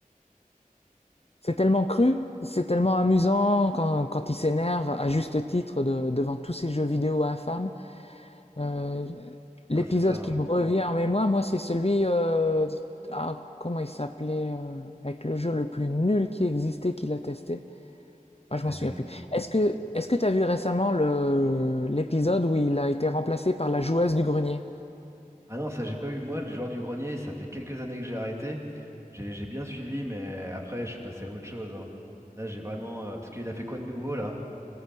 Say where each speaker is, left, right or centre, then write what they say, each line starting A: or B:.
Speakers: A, on the left; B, on the right.
A: c'est tellement cru, c'est tellement amusant quand, quand il s'énerve à juste titre de- devant tous ces jeux vidéo infâmes. Euh, l'épisode
B: Ah, c'est ça. hein.
A: qui me revient en mémoire, moi, c'est celui, euh, ah, comment il s'appelait, euh, avec le jeu le plus nul qui existait, qu'il a testé. Ah, je
B: Ah,
A: m'en
B: il
A: souviens
B: y en a eu-
A: plus. Est-ce que, est-ce que t'as vu récemment le, l'épisode où il a été remplacé par la joueuse du grenier?
B: ah non, ça j'ai pas eu. Moi, le joueur du grenier, ça fait quelques années que j'ai arrêté. J'ai j'ai bien suivi, mais après, je suis passé à autre chose. hein. Là, j'ai vraiment. euh, Parce qu'il a fait quoi de nouveau là?